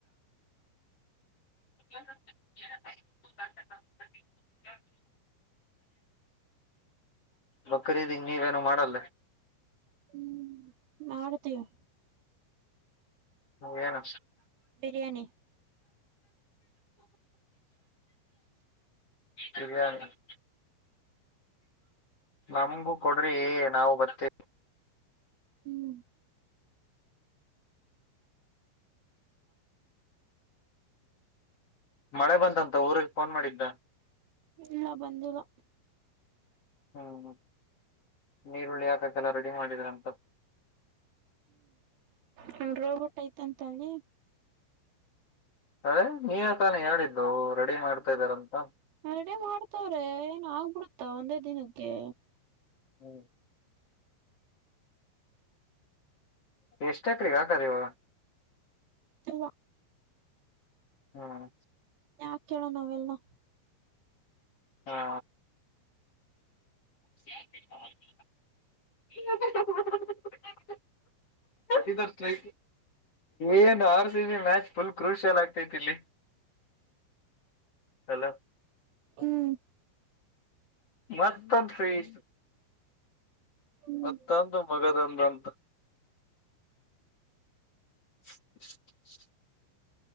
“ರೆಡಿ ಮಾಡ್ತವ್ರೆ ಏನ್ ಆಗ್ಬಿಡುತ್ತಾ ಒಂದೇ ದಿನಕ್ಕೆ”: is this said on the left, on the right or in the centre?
Right